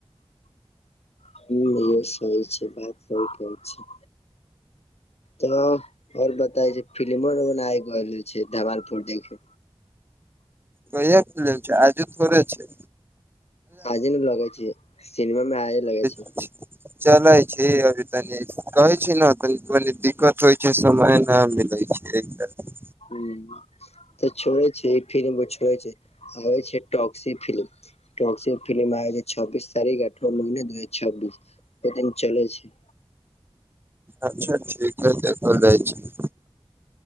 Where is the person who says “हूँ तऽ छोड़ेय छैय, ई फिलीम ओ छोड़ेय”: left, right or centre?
Left